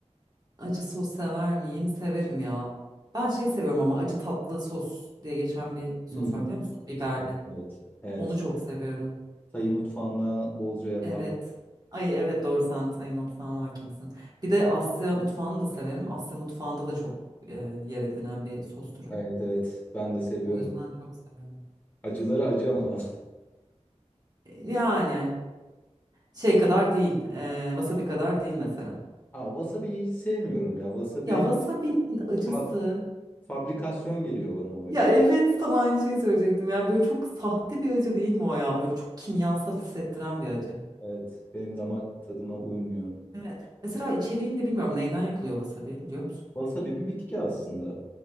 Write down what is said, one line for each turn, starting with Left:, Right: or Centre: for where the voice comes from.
Right: acı sos sever miyim? Severim ya. Ben şey seviyorum ama acı tatlı sos diye geçen bir sos
Left: Hı hı.
Right: var biliyor musun? Biberli.
Left: Evet. Evet.
Right: Onu çok seviyorum.
Left: Tayı mutfağında bolca yapar.
Right: Evet. Ay evet doğru sen Tay mutfağına hakimsin. Bir de Asya mutfağını da severim. Asya mutfağında da çok e, yer edinen bir sos türü.
Left: Evet evet. Ben de seviyorum.
Right: O Yani yüzden çok severim.
Left: Acıları acı ama.
Right: E, Yani şey kadar değil. E, wasabi kadar değil mesela.
Left: <laughs> Aa, wasabi'yi hiç sevmiyorum ya. Wasabi
Right: Ya wasabi'nin acısı.
Left: fa- fabrikasyon geliyor bana o acı.
Right: Ya evet tam aynı şeyi söyleyecektim. Ya böyle çok sahte bir acı değil mi o ya? Böyle çok kimyasal hissettiren bir acı.
Left: Evet. Benim damak tadıma uymuyor.
Right: Evet. Mesela içeriğini de bilmiyorum. Neyden yapılıyor wasabi biliyor musun?
Left: Wasabi bir bitki aslında.